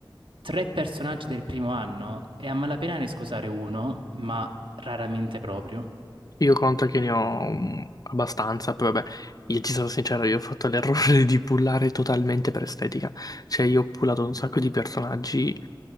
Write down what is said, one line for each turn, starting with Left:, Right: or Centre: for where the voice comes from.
Right: tre personaggi del primo anno e a malapena ne scusare uno, ma raramente proprio.
Left: Io conto che ne ho mm, abbastanza, però vabbè, io ti sarò sincero, io ho fatto l'errore <laughs> di pullare totalmente per estetica. Cioè, io ho pullato un sacco di personaggi,